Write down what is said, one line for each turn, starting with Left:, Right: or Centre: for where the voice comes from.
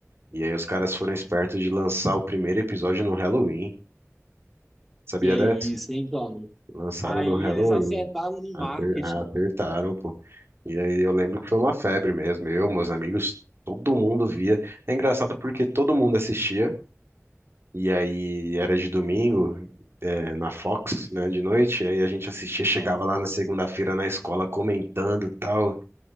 Right: E dez. E aí os caras foram espertos de lançar o primeiro episódio no Halloween. Sabia
Centre: E é
Right: dessa?
Centre: isso, hein, cara?
Right: Lançaram
Centre: Aí
Right: no Halloween.
Centre: eles acertaram no
Right: Acer-
Centre: marketing.
Right: Acertaram, pô. E aí eu lembro que foi uma febre mesmo. Eu, meus amigos, todo mundo via. É engraçado porque todo mundo assistia. E aí era de domingo, é, na Fox, né, de noite. E aí a gente assistia, chegava
Centre: Aham.
Right: lá na segunda-feira na escola comentando tal.